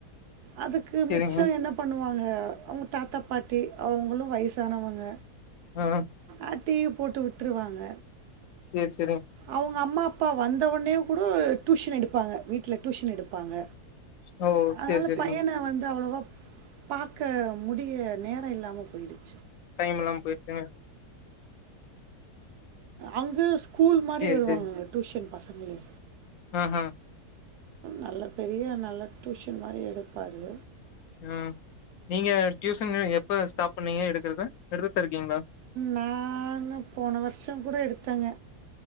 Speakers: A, on the right; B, on the left.
A: அதுக்கு
B: சேரிங்க.
A: மிச்சோ என்ன பண்ணுவா துங்க அவுங்க தாத்தா பாட்டி அவுங்களு வயிசானவங்க
B: அ அ
A: அ டி வி போட்டு விட்ருவாங்க
B: சேர் ஸ்
A: அவுங்க அம்மா அப் ப்பா வந்த ஒட்னே கூடோ டியூஷன் எடுப்பாங்க வீட்ல டியூஷன் எடுப்பாங்க
B: ஓ!
A: அதனால
B: சேரி சேரிங்க.
A: பையன வந்து அவ்ளவாப் பாக்க முடிய நேர இல்லாம போயிடுச்
B: டைமில்லாம போயிருச்சுங்க
A: அங்குஸ் ஸகூல் மாரி
B: சேரி
A: வருவாங்கங்க
B: சேரி.
A: டூஷன் பசங்களு
B: ஆஹா
A: நல்ல பெரிய நல்ல டூஷன் மாரி எடுப்பாரு
B: ம் நீங்க ட்யூசன்னு எப்ப ஸ்டாப் பண்ணீங்க எடுக்கற எடுத்துட்தா இருக்கீங்ளா
A: நானு போன வர்ஷம் கூட எடுத்தேங்க